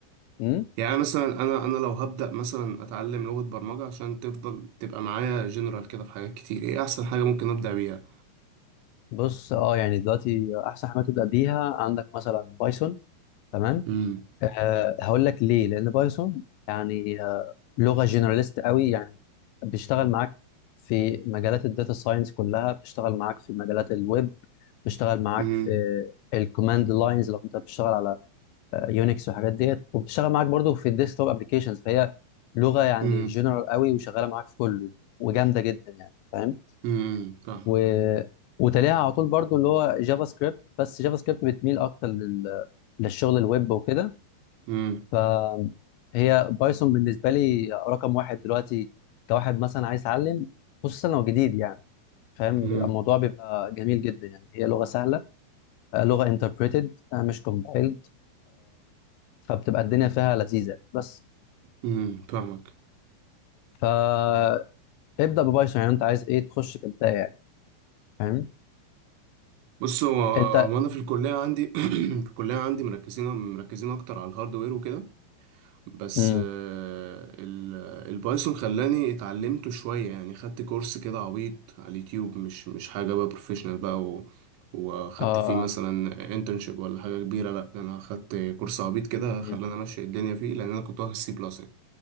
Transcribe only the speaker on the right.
يعني أنا مثلا انا انا لو هبدأ مثلا اتعلم لغة برمجة عشان تفضل تبقى معايا جنرال كده في حاجات كتير ايه احسن حاجة ممكن ابدأ بيها
امم
امم
امم
امم فاهمك
امم
امم
امم فاهمك
بص هو هو
انا في الكلية عندي <clears throat> في الكلية عندي مركزين مركزين اكتر على الهاردوير وكده بس
آه، ال- البايثون خلاني اتعلمته شوية يعني خدت كورس كده عبيط على اليوتيوب مش مش حاجة بقى بروفيشنال بقى و... وخدت
فيه مثلا انترنشيب ولا حاجة كبيرة لا ده انا خدت كورس عبيط كده خلاني
امشي الدنيا فيه لان انا كنت واخد سي بلس يعني